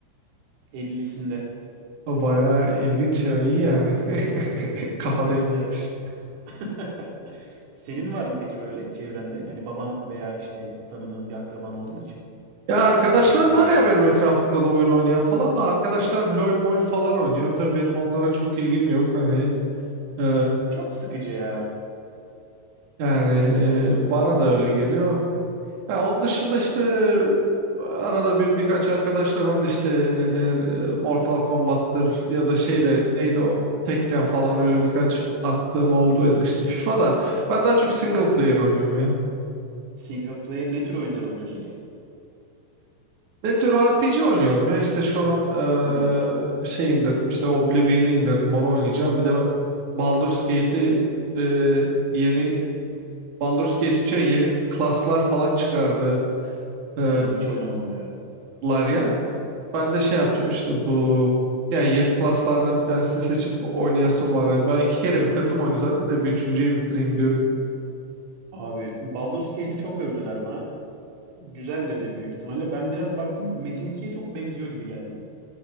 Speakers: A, on the right (about 85°); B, on the right (about 45°).
A: 50'sinde.
B: O bayağı ilginç ya. iyi yani. <laughs> Kafa
A: Evet
B: dengiymiş.
A: evet. <laughs> Senin var mı peki böyle çevrende? Yani baban veya işte tanıdığın bir akraban oldu mu hiç?
B: Ya arkadaşlar
A: Sürekli
B: var
A: oynadığın.
B: ya benim etrafımda da oyun oynayan falan da arkadaşlar LOL mol falan oynuyor. Tabii benim onlara çok ilgim yok. Hani eee,
A: Çok sıkıcı ya.
B: yani eee, bana da öyle geliyor. Ya onun dışında işte arada bir birkaç arkadaşla ben de işte ne denir eee, Mortal Kombat'tır ya da şey de neydi o Tekken falan öyle birkaç attığım oldu ya da işte FIFA'da ben daha çok single player oynuyorum ya.
A: Single player ne tür oyunlar oynuyorsun ki?
B: Ne tür RPG oynuyorum ya işte şu an eee,
A: Hmm,
B: şey indirdim işte Oblivion'ı indirdim onu oynayacağım. Bir de Baldur's Gate'i eee, yeni Baldur's Gate üç'e yeni klaslar falan çıkardı eee
A: hmm, hiç oynamadım ya.
B: Larian. Ben de şey yapacağım işte bu yani yeni klaslardan bir tanesini seçip oynayasım var. ya. Ben iki kere bitirdim oyunu zaten de bir üçüncüye bitireyim diyorum.
A: Abi Baldur's Gate'i çok övdüler bana. Güzeldir de büyük ihtimalle. Ben biraz baktım Metin 2'ye çok benziyor gibi geldi.